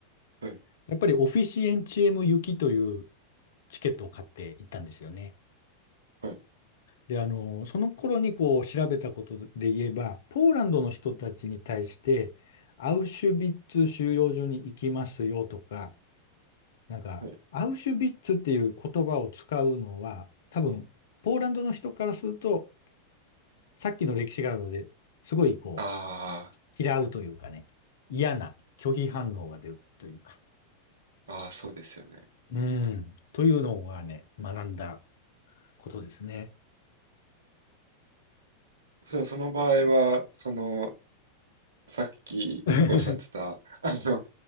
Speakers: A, on the right; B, on the left.
A: はい、
B: やっぱりオフィシエンチエム行きというチケットを買って行ったんですよね。
A: はい、
B: で、あのーその頃にこう調べたことで言えば、ポーランドの人たちに対して、アウシュビッツ収容所に行きますよとか、なんか、
A: はい。
B: アウシュビッツっていう言葉を使うのは、多分、ポーランドの人からすると、さっきの歴史があるので、すごいこ
A: あ
B: う、嫌うというかね、嫌な拒否反応が出るというか、
A: あ、ああ、そうですよね。
B: うん、というのがね、学んだことですね。
A: それはその場合は、その、さっきおっしゃってた、
B: <laughs>
A: あの、